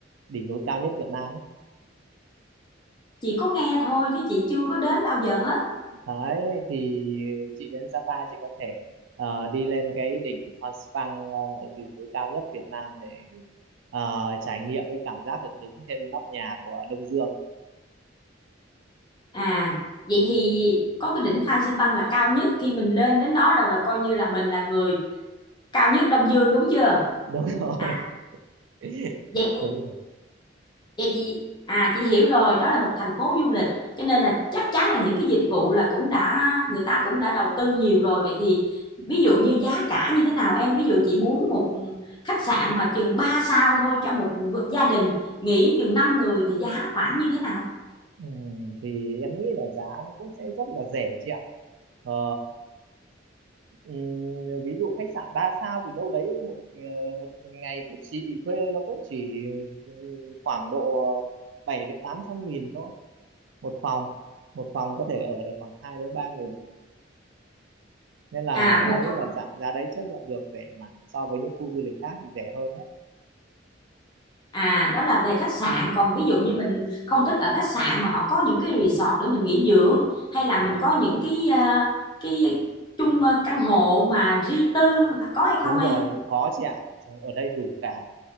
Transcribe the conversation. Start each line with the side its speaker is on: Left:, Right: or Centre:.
Right: đỉnh núi cao nhất Việt Nam ấy.
Left: chị có nghe thôi chứ chị chưa có đến bao giờ hết.
Right: Đấy thì chị đến Sapa chị có thể ờ, đi lên cái đỉnh Phan Xipang ờ, đỉnh núi cao nhất Việt Nam để ờ, trải nghiệm cái cảm giác được đứng trên nóc nhà của Đông Dương
Left: À vậy thì có cái đỉnh Phan Xi Păng là cao nhất khi mình lên đến đó rồi là coi như là mình là người cao nhất Đông Dương đúng chưa?
Right: đúng rồi
Left: À
Right: <laughs>
Left: vậy
Right: đúng rồi
Left: Vậy chị à chị hiểu rồi, đó là một thành phố du lịch cho nên là chắc chắn là những cái dịch vụ là cũng đã người ta cũng đã đầu tư nhiều rồi. Vậy thì ví dụ như giá cả như thế nào em? Ví dụ chị muốn một khách sạn mà chừng 3 sao thôi cho một gia đình nghỉ chừng 5 người thì giá khoảng như thế nào?
Right: Ừ, thì em nghĩ là giá nó cũng sẽ rất là rẻ chị ạ. Ờ, ừ, ví dụ khách sạn 3 sao thì đâu đấy một ờ, một ngày của chị thuê nó cũng chỉ ừ, khoảng độ 7 đến 800 nghìn thôi một phòng một phòng có thể ở được khoảng 2 đến 3 người nên là
Left: À
Right: em
Left: một
Right: nghĩ
Left: th-
Right: là giá, giá đấy chấp nhận được rẻ mà so với những khu du lịch khác thì rẻ hơn đấy
Left: à đó là về khách sạn, còn ví dụ như mình không thích ở khách sạn mà họ có những cái resort để mình nghỉ dưỡng hay là mình có những cái ờ, cái chung ờ, căn hộ mà riêng tư có hay
Right: đúng
Left: không em?
Right: rồi cũng có chị ạ ở đây đủ cả